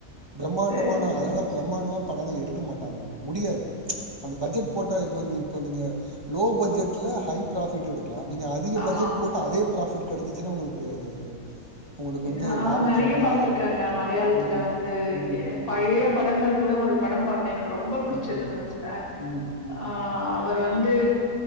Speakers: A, on the right; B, on the left.
A: பிரம்மாண்டமான
B: சேரி சேரிங்க
A: அதுனால பிரம்மாண்டமா படங்கள் எடுக்க மாட்டாங்க அத முடியாது அந்த பட்ஜட் போட்டா இப்போ வந்து இப்ப நீங்க லோ பட்ஜட்ல ஹை ப்ராஃபிட் எடு லா நீங்க அதிக
B: ஆமாம்
A: பட்ஜட் போட்டு அதே ப்ராஃபிட் கெடச்சுனா ஒங்களுக்கு அது உங்களுக்கு
B: ஏ
A: வந்து
B: நா
A: லாபம்
B: நெறைய
A: கம்மி
B: பாத்துருக்கேங்க
A: இல்ல
B: மலையாளத்துல
A: ம்
B: வந்து
A: ம்
B: எ
A: ம்
B: பழைய படங்கள் கூட ஒரு படம் பாத்தே எனக்கு ரொம்ப புடுச்சதுதுங்த
A: ம் ம் ம்
B: அ அவர் வந் து